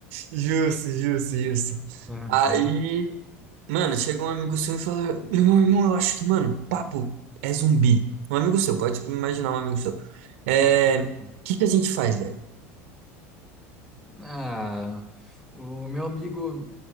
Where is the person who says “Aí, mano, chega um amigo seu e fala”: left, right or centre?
Right